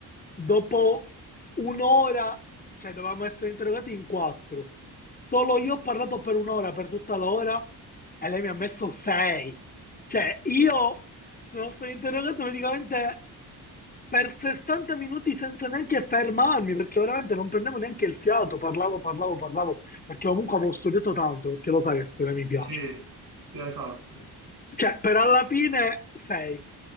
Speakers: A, on the left; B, on the right.
A: Dopo un'ora, cioè dovevamo essere interrogati in quattro. Solo io ho parlato per un'ora, per tutta l'ora, e lei mi ha messo sei. Cioè, io sono stato interrogato praticamente per 60 minuti senza neanche fermarmi, perché veramente non prendevo neanche il fiato, parlavo, parlavo, parlavo, perché comunque avevo studiato tanto, perché lo sai che storia mi
B: Sì,
A: piace.
B: sì, esatto.
A: Cioè, per alla fine sei.